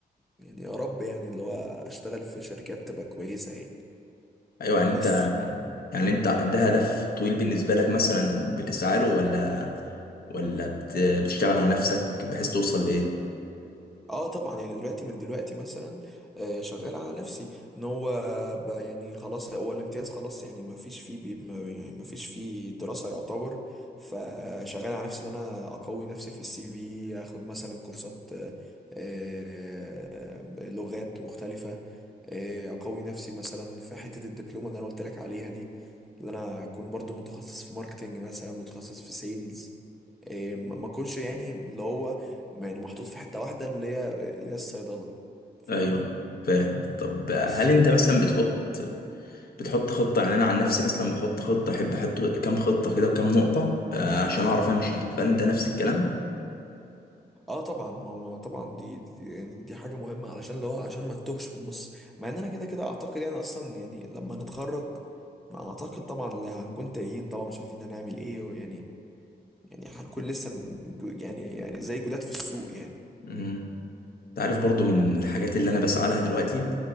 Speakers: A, in the centre; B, on the left (about 65°).
A: يعني يا رب يعني اللي هو اشتغل في شركات تبقى كويسة يعني
B: ايوه يعني
A: بس
B: انت يعني انت ده هدف طويل بالنسبة لك مثلا بتسعى له ولا ولا بت- بتشتغل على نفسك بحيث توصل لايه
A: اه طبعا يعني دلوقتي من دلوقتي مثلا آه، شغال على نفسي ان هو ب- يعني خلاص هو الامتياز خلاص يعني ما فيش فيه بي ما يعني ما فيش فيه دراسة يعتبر فشغال على نفسي ان انا اقوي نفسي في السي في اخد مثلا كورسات آه، آه، لغات مختلفة آه، اقوي نفسي مثلا في حتة الدبلومة اللي انا قلت لك عليها دي اللي انا اكون برضو متخصص في ماركتينج مثلا متخصص في سيلز إيه، ما ما اكونش يعني اللي هو يعني محطوط في حتة واحدة اللي هي اللي هي الصيدلة فاهمني
B: ايوه فاهم طب هل
A: بس
B: انت مثلا بتحط بتحط خطة يعني أنا عن نفسي مثلا بحط خطة أحب أحط كام خطة كده وكام نقطة آه، عشان أعرف أمشي فأنت نفس الكلام
A: اه طبعا ما ما طبعا دي دي, يعني دي حاجة مهمة علشان اللي هو عشان ما تتوهش في النص مع ان انا كده كده اعتقد يعني اصلا يعني لما نتخرج ما اعتقد طبعا اللي هنكون تايهين طبعا مش عارفين هنعمل ايه ويعني يعني هنكون لسه م- جو- يعني يعني زي جداد في السوق يعني
B: مم. أنت عارف برضو من الحاجات اللي أنا بسعى لها دلوقتي